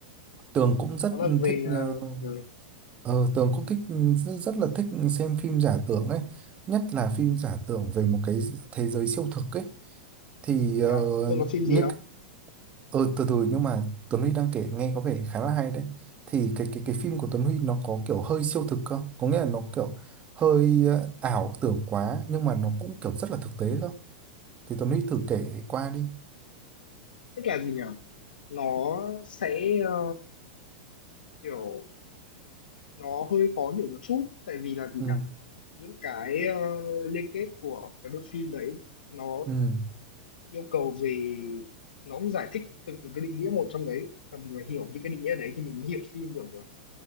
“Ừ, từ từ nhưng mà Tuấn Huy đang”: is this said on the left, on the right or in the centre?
Right